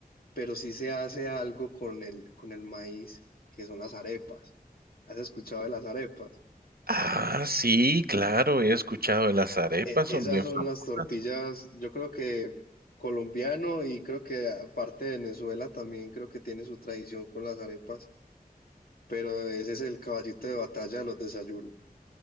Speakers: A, on the left (about 70°); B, on the right (about 75°).
A: pero sí se hace algo con el, con el maíz, que son las arepas. ¿Has escuchado de las arepas?
B: Ah, sí, claro, he escuchado las arepas,
A: E- Esas
B: son bien
A: son
B: famosas.
A: las tortillas, yo creo que colombiano y creo que aparte de Venezuela también creo que tiene su tradición con las arepas, pero ese es el caballito de batalla de los desayunos,